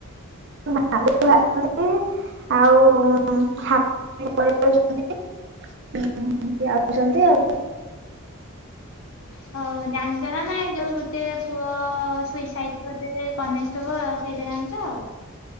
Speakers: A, on the right; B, on the left.
A: <inaudible> <inaudible> ସେ ଆସୁଚନ୍ତି ଆଉ।
B: ହଉ ଜାଣିଚ ନା ନାଇଁ ଯଉ ଗୋଟେ ପୁଅ ସୁଇସାଇଡ୍ କରି ସେ ଜଣେ କନେଷ୍ଟବଳ ସେଇଟା ଜାଣିଚ?